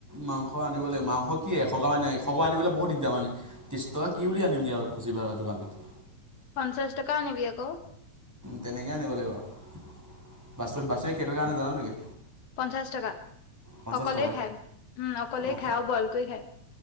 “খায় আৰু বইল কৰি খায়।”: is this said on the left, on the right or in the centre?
Left